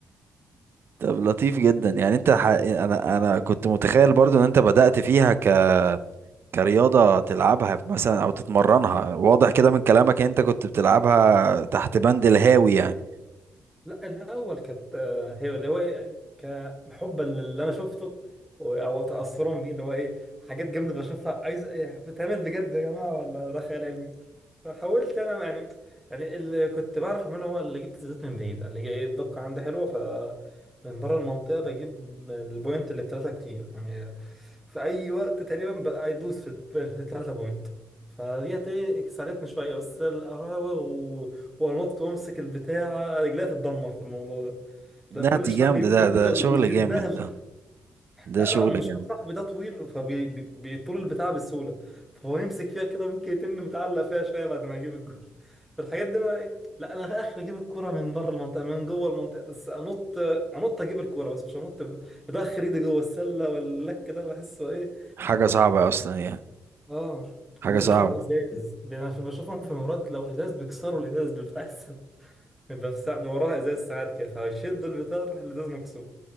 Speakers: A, on the right; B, in the centre.
A: طب لطيف جدا يعني انت ح... انا انا كنت متخيل برضو ان انت بدأت فيها ك كرياضة تلعبها مثلا أو تتمرنها واضح كده من كلامك إن أنت كنت بتلعبها تحت بند الهاوي يعني
B: لا الاول كانت آه، هي اللي هو إيه، كحبا للي انا شفته و- او تاثرا بيه اللي هو ايه حاجات جامده بشوفها عايز إيه بتعمل بجد يا جماعه ولا ده خيال علمي فحاولت انا يعني يعني اللي كنت بعرف اعمله هو اللي جبت الزيت من بعيد اللي هي ايه الدقه عندي حلوه ف من بره المنطقه بجيب البوينت اللي بثلاثه كتير يعني في اي وقت تقريبا بقى يدوس في في ثلاثه بوينت فديت ايه ساعدتني شويه بس القراوغ هو النط وامسك البتاعة رجليها تتدمر في الموضوع ده
A: لا
B: لا كل
A: دي
B: شوية
A: جامدة
B: بيمسك
A: ده ده
B: كده وبيشدها
A: شغل جامد
B: لتحت
A: ده ده
B: لا
A: شغل
B: لا مش
A: جامد
B: صاحبي ده طويل فبيطول البتاعة بسهولة فهو يمسك فيها كده ممكن يتم متعلق فيها شوية بعد ما يجيب الجول فالحاجات دي انا ايه لا انا في اخر اجيب الكرة من بره المنطقة من جوه المنطقة بس انط انط اجيب الكرة بس مش انط ب- ادخل ايدي جوه السلة واللك ده بحسه ايه
A: حاجة صعبة أصلا يعني
B: اه
A: حاجة
B: وبالذات
A: صعبة
B: لو ازاز يعني انا بشوفهم في مرات لو ازاز بيكسروا الازاز بتاع السلة بيبقى في ساعة وراها ازاز ساعات كده فيشد البتاع راح الازاز مكسور